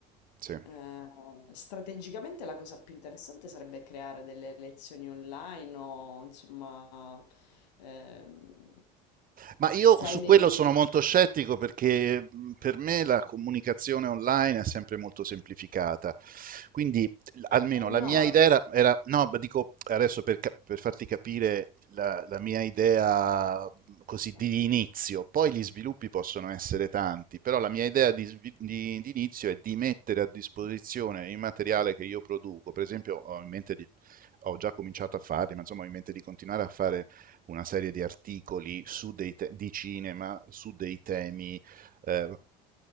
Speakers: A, on the right; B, on the left.
A: Sì.
B: eh, strategicamente la cosa più interessante sarebbe creare delle lezioni online o insomma, ehm,
A: Ma io
B: se
A: su
B: hai
A: quello
B: dei...
A: sono molto scettico perché mh, per me la comunicazione online è sempre molto semplificata. Quindi l- almeno
B: eh,
A: la
B: no,
A: mia idea era, era- no, ma dico adesso per, cap- per farti capire la, la mia idea mh, così
B: ok.
A: di inizio, poi gli sviluppi possono essere tanti, però la mia idea di, svi- di- di inizio è di mettere a disposizione il materiale che io produco. Per esempio, ho in mente di, ho già cominciato a farli, ma insomma ho in mente di continuare a fare una serie di articoli su dei te- di cinema su dei temi eh,